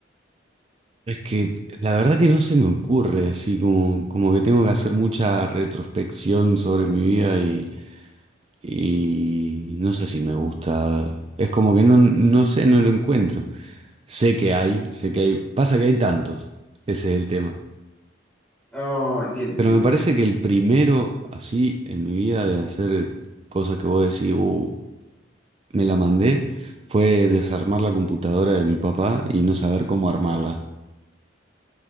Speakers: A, on the right; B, in the centre.
A: Es que la verdad que no se me ocurre, así como, como que tengo que hacer mucha retrospección sobre mi vida y, y no sé si me gusta. Es como que no, no sé, no lo encuentro. Sé que hay, sé que hay. Pasa que hay tantos, ese es el tema.
B: Oh, entiendo,
A: Pero
B: entiendo,
A: me parece
B: entiendo.
A: que el primero, así, en mi vida de hacer cosas que vos decís, "Uh, me la mandé, fue desarmar la computadora de mi papá y no saber cómo armarla.